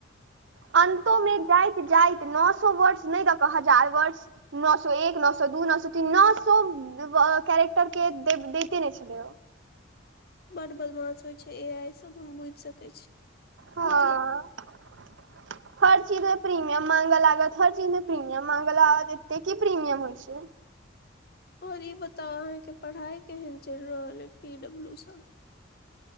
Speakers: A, on the right; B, on the left.
A: <inaudible> अन्तो मे जाइत जाइत नओ सौ वर्डस नहि द कऽ हजार वर्डस नओ सौ एक नओ सौ दू नओ सौ तीन नओ सौ <unintelligible> कारेक्टर केँ देब दैते नै छलै ओ
B: बड बदमास होइ छै ए आइ सब हम बुझि सकै छी
A: हँ
B: मतलब
A: <inaudible> हर चीज म प्रीमियम मांगे लागत हर चीज म प्रीमियम मांगे लागत एते की प्रीमियम होइ छै?
B: और इ बताउ अहाँकेँ पढ़ाई केहन चैक रहल ह पी डब्लू सऽ